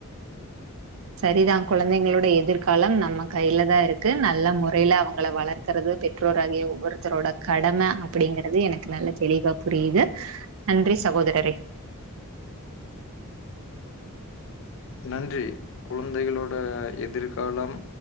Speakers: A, on the right (about 65°); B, on the left (about 60°).
A: செரி தா கொழந்தைங்களோட எதிர் காலம் நம்ம கைல தா இருக்கு நல்ல முறைல அவுங்கள வளர் க்கறது பெற்றோர் ஆகிய ஒவ்வொருத்தரோட கடம அப்டிங்கறது எனக்கு நல்ல தெளிவா புரிது நன்றி சகோதரரே
B: நன்றி குழந்தைகளோட எதிர்காலம்